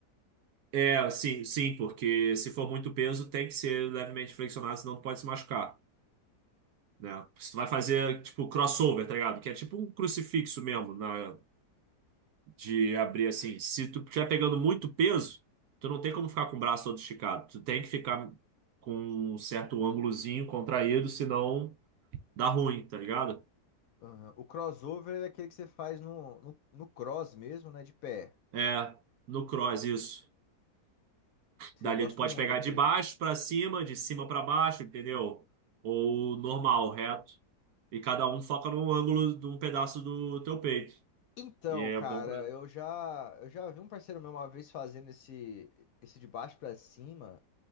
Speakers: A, on the right; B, on the left.
A: É, sim, sim, porque se for muito peso, tem que ser levemente flexionado, senão tu pode se machucar, né? Se tu vai fazer, tipo, crossover, tá ligado? Que é tipo um crucifixo mesmo, na, de abrir assim. Se tu estiver pegando muito peso, tu não tem como ficar com o braço todo esticado. Tu tem que ficar com um certo ângulozinho contraído, senão dá ruim, tá ligado?
B: Aham. O crossover é aquele que você faz no, no, no cross mesmo, né? De pé.
A: É, no cross isso.
B: Você-
A: Dali
B: Eu gosto
A: tu pode
B: muito
A: pegar
B: daquele.
A: de baixo pra cima, de cima pra baixo, entendeu? Ou normal, reto. E cada um foca num ângulo de um pedaço do teu peito.
B: Então,
A: E é
B: cara,
A: bom pra.
B: eu já, eu já vi um parceiro meu uma vez fazendo esse, esse de baixo pra cima,